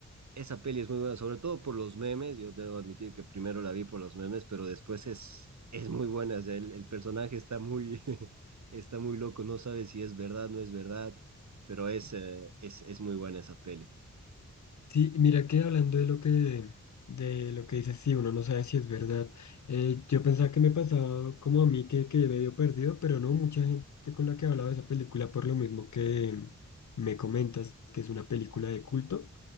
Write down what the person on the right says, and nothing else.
esa peli es muy buena, sobre todo por los memes. Yo debo admitir que primero la vi por los memes, pero después es, es muy buena. o sea, el, el personaje está muy, <laughs> está muy loco, no sabe si es verdad, no es verdad, pero es, eh, es, es muy buena esa peli.